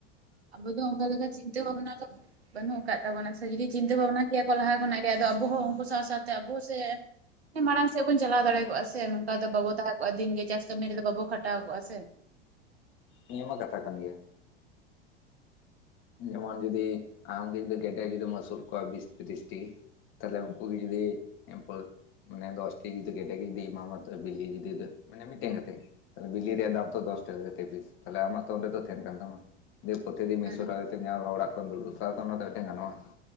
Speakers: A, on the right; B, on the left.
A: ᱟᱵᱚ ᱫᱚ ᱚᱱᱠᱟ ᱞᱮᱠᱟ ᱪᱤᱱᱛᱟᱹ ᱵᱷᱟᱵᱽᱱᱟ ᱫᱚ ᱵᱟᱹᱱᱩᱜ ᱟᱠᱟᱫ ᱛᱟᱵᱚᱱᱟ ᱥᱮ, ᱡᱩᱫᱤ ᱪᱤᱱᱛᱟᱹ ᱵᱷᱟᱵᱱᱟ ᱠᱮᱭᱟ ᱠᱚ ᱞᱟᱦᱟ ᱠᱷᱚᱱᱟᱜ ᱜᱮ ᱟᱫᱚ ᱦᱚᱸ ᱩᱱᱠᱩ ᱥᱟᱶ ᱥᱟᱶᱛᱮ ᱟᱵᱚ ᱥᱮ ᱢᱟᱲᱟᱝ ᱥᱮᱜ ᱵᱚᱱ ᱪᱟᱞᱟᱣ ᱫᱟᱲᱮ ᱠᱚᱜ-ᱟ ᱥᱮ, ᱱᱚᱝᱠᱟ ᱫᱚ ᱵᱟᱵᱚ ᱛᱟᱦᱮᱸ ᱠᱚᱜ-ᱟ ᱫᱤᱱ ᱜᱮ ᱪᱟᱥ ᱠᱟᱹᱢᱤ ᱨᱮᱫᱚ ᱵᱟᱵᱚ ᱠᱷᱟᱴᱟᱣ ᱠᱚᱜ-ᱟ ᱥᱮ᱾
B: ᱱᱤᱭᱟᱹ ᱢᱟ ᱠᱟᱛᱷᱟ ᱠᱟᱱ ᱜᱮᱭᱟ᱾ ᱡᱮᱢᱚᱱ ᱡᱩᱫᱤ ᱟᱢᱜᱮ ᱡᱩᱫᱤ ᱜᱮᱰᱮ ᱡᱩᱫᱤᱢ ᱟᱹᱥᱩᱞ ᱠᱚᱣᱟ ᱵᱤᱥ ᱛᱤᱨᱤᱥᱴᱤ᱾ ᱛᱟᱦᱚᱞᱮ ᱩᱱᱠᱩ ᱜᱮ ᱡᱩᱫᱤ ᱮᱢᱯᱟᱹᱼᱼ ᱢᱟᱱᱮ ᱫᱚᱥ ᱴᱤ ᱡᱩᱫᱤ ᱜᱮᱰᱮ ᱜᱮ ᱡᱩᱫᱤ ᱮᱢᱟᱢᱟ ᱛᱚ ᱵᱤᱞᱤ ᱡᱩᱫᱤ ᱢᱟᱱᱮ ᱢᱤᱫᱴᱮᱱ ᱠᱟᱛᱮᱜ᱾ ᱛᱟᱞᱮ ᱵᱤᱞᱤ ᱨᱮᱭᱟᱜ ᱫᱟᱢ ᱛᱚ ᱫᱚᱥ ᱴᱟᱠᱟ ᱠᱟᱛᱮᱜ ᱯᱤᱥ ᱛᱟᱦᱞᱮ ᱟᱢᱟᱜ ᱛᱚ ᱚᱸᱰᱮ ᱫᱚ ᱛᱟᱦᱮᱱ ᱠᱟᱱ ᱛᱟᱢᱟ᱾ ᱫᱤᱭᱮ ᱯᱨᱚᱛᱤᱫᱤᱱ
A: ᱦᱮᱸ
B: ᱢᱤᱫᱥᱚ ᱴᱟᱠᱟ ᱧᱟᱢ ᱨᱮᱦᱚᱸ ᱚᱲᱟᱜ ᱠᱷᱚᱱ ᱫᱩᱲᱩᱵ ᱥᱟᱣ ᱠᱷᱚᱱ ᱱᱚᱛᱮ ᱢᱤᱫᱴᱮᱱ ᱜᱟᱱᱚᱜᱼᱟ᱾